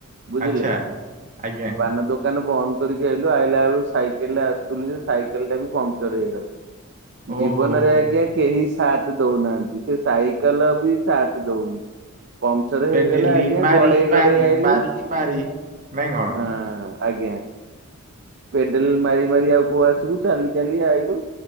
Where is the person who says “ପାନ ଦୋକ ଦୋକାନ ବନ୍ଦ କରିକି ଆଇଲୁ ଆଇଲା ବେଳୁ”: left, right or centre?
Right